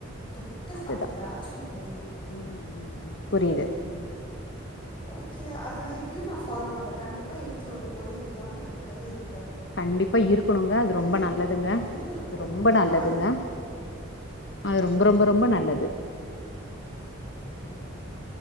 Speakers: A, on the left (about 25°); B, on the left (about 65°).
A: தொட்டு
B: அதுதா
A: சாப்ட ஏதாச்சு ஒன்னு வேணு
B: ம் ம் ம் புரியுது ம்
A: ஓகே அத நா இப்பயும் நா ஃபாலோ பண்றே கண்டிப்பா ஏன் வீட்ல ஒரு பொரியல் இல்லாம இருக்கவே இரு
B: கண்டிப்பா இருக்கணுங்க அது ரொம்ப
A: இருக்கும்
B: நல்லதுங்க
A: ஒரு பொரியல் இருக்கும்
B: அது ரொம்ப
A: ஒரு
B: நல்லதுங்க
A: காய் இருக்கும்
B: அது ரொம்ப ரொம்ப ரொம்ப நல்லது உம்